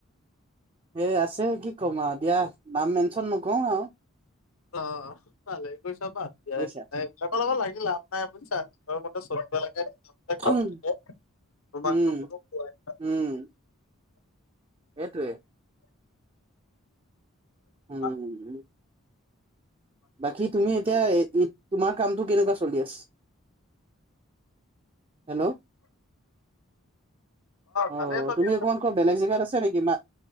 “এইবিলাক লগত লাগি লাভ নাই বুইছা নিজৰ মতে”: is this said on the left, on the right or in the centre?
Left